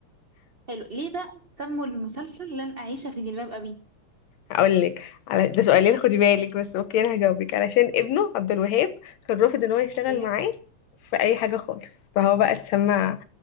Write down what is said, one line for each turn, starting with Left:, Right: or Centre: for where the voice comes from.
Right: حلو ليه بقى سموا المسلسل لن اعيش في جلباب ابي
Left: هقول لك على ده سؤالين خدي بالك بس اوكي انا هجاوبك علشان ابنه عبد الوهاب كان رافض ان هو يشتغل
Right: ايوه
Left: معاه في اي حاجه خالص فهو بقى اتسمع